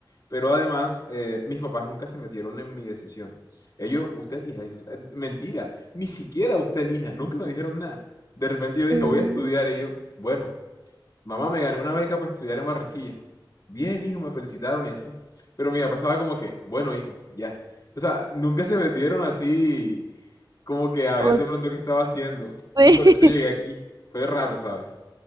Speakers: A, on the left (about 45°); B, on the right (about 50°).
A: Pero además, eh, mis papás nunca se metieron en mi decisión. Ellos, usted elija, hijos. Eh, mentira, ni siquiera usted elija, nunca me dijeron nada. De repente
B: Sí.
A: yo dije, voy a estudiar. Ellos, bueno, mamá, me gané una beca para estudiar en Barranquilla. Bien, hijo, me felicitaron y así. Pero mi papá estaba como que, bueno, hijo, ya. O sea, nunca se metieron así como que a ver
B: O,
A: de
B: sí.
A: pronto qué estaba haciendo.
B: <laughs>
A: Y por eso llegué aquí. Fue raro, ¿sabes?